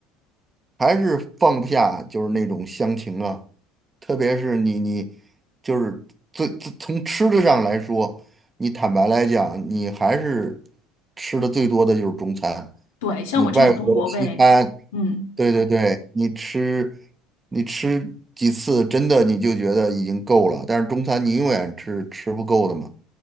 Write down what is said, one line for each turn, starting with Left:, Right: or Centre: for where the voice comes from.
Right: 还是放不下，就是那种乡情啊，特别是你你就是最最从吃的上来说，你坦白来讲，你还是吃的最多的就是中餐，
Left: 对，像我这种中国胃，
Right: 你外国的西餐，
Left: 嗯，
Right: 对对对，你吃你吃几次，真的你就觉得已经够了，但是中餐你永远吃吃不够的嘛，